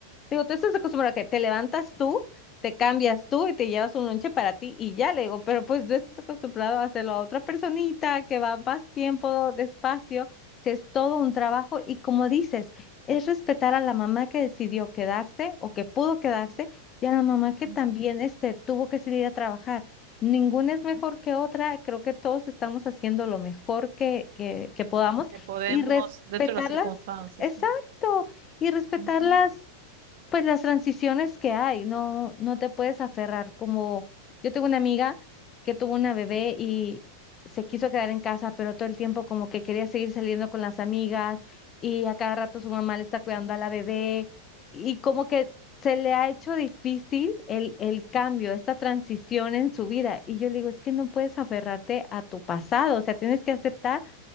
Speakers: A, on the left; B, on the right.
A: Digo, tú estás acostumbrada a que te levantas tú, te cambias tú y te llevas un lonche para ti y ya le digo, pero pues tú estás acostumbrado a hacerlo a otra personita que va más tiempo, despacio, si es todo un trabajo y como dices, es respetar a la mamá que decidió quedarse o que pudo quedarse y a la mamá que
B: Ujú.
A: también este, tuvo que salir a trabajar. Ninguna es mejor que otra, creo que todos estamos haciendo lo mejor que, que, que podamos
B: Que podemos,
A: y respetarlas,
B: dentro de las circunstancias,
A: exacto,
B: sí.
A: y respetarlas
B: Ujú.
A: pues las transiciones que hay, no, no te puedes aferrar como yo tengo una amiga que tuvo una bebé y se quiso quedar en casa, pero todo el tiempo como que quería seguir saliendo con las amigas y a cada rato su mamá le está cuidando a la bebé y como que se le ha hecho difícil el, el cambio, esta transición en su vida. Y yo le digo, es que no puedes aferrarte a tu pasado, o sea, tienes que aceptar